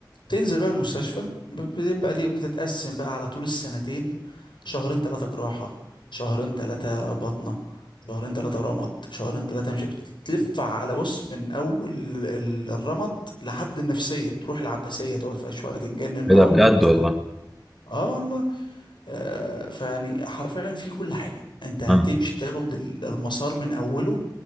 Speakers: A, on the left (about 75°); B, in the centre.
A: تنزل بقى المستشفى ب- بتبقى ليه بتتقسم بقى على طول السنتين شهرين ثلاثة جراحة شهرين ثلاثة بطنة شهرين ثلاثة رمد شهرين ثلاثة مش بتلف على بص من أول ال- الرمد لحد النفسية تروح العباسية تقعد فيها شوية تتجنن معاهم
B: ايه ده بجد
A: وت...
B: والله
A: اه والله آه، فيعني حرفيا في كل حاجة انت هتمشي
B: اه
A: تاخد ال- المسار من اوله